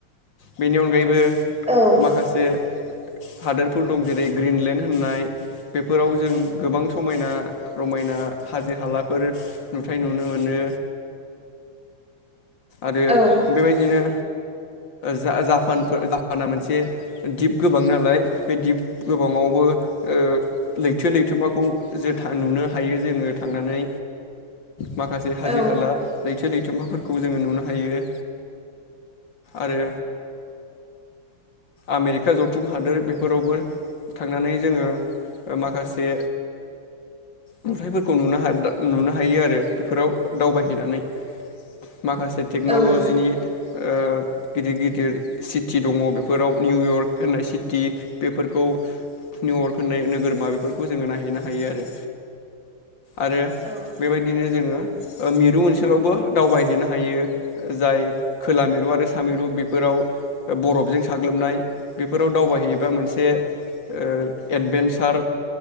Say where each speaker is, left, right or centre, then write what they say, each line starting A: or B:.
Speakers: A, on the left; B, in the centre.
A: बेनि अनगायैबो
B: औ
A: माखासे हादोरफोर दं जेरै ग्रिनलेण्ड होननाय बेफोराव जों गोबां समायना रमायना हाजो हालाफोर नुथाय नुनो मोनो। आरो
B: औ
A: बेबायदिनो जा जापानफोर जापाना मोनसे दिप गोबां नालाय बे दिप गोबाङावबो ओ लैथो लैथोमाखौ जोथा नुनो हायो जोङो थांनानै माखासे हाजो
B: औ
A: हाला लैथो लै जोंमाफोरख खौ जोङो नुनो हायो आरो आमेरिका जथुम हादोर बेफोरावबो थांनानै जोङो ओ माखासे नुथायफोरखौ नुनो हा दा नुनो हायो आरो बेफोराव दावबायहैनानै। माखासे टेक्न'ल'जिनि
B: औ
A: ओ गिदिर गिदिर सिटि दङ बेफ फोराव निउयर्क होननाय सिटि बेफोरखौ निउयर्क होननाय नोगोरमा बेफोरखौ जोङो नायहैनो हायो आरो आरो
B: औ
A: बेबायदिनो जोङो ओ मिरु ओनसोलावबो दावबायहैनो हायो जाय खोला मिरु आरो सा मिरु बेफोराव ओ बरफजों स साग्लोबनाय बेफोराव दावबायहैयोबा मोनसे ओ एडभेनसार